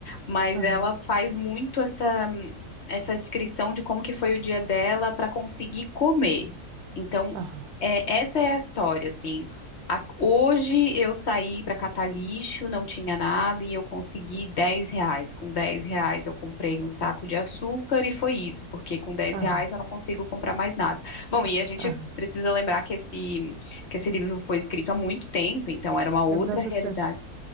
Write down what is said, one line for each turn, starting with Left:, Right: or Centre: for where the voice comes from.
Left: mas
Right: Aham,
Left: ela faz muito essa essa descrição de como que foi o dia dela para conseguir comer. Então,
Right: aham,
Left: é, essa é a história, assim. A- hoje eu saí para catar lixo, não tinha nada e eu consegui 10 reais. Com 10 reais eu comprei um saco de açúcar e foi isso, porque com dez
Right: aham,
Left: reais eu não consigo comprar mais nada. Bom, e a gente
Right: aham.
Left: precisa lembrar que esse, que esse livro foi escrito há muito tempo, então era uma outra
Right: É 1960,
Left: realidade.